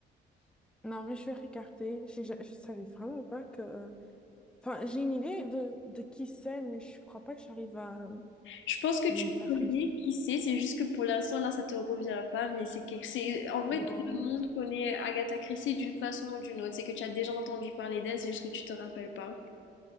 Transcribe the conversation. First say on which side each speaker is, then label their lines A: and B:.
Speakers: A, in the centre; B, on the left.
A: Non, mais je vais regarder. Je, je, je savais vraiment pas que... Enfin, j'ai une idée de, de qui c'est, mais je crois pas que j'arrive à euh,
B: Je pense que
A: mettre
B: tu connais,
A: une...
B: qui sait, c'est juste que pour l'instant là ça te revient pas, mais c'est quelque- c'est en vrai
A: Non.
B: tout le monde connaît Agatha Christie d'une façon ou d'une autre. C'est que tu as déjà entendu parler d'elle, c'est juste que tu te rappelles pas.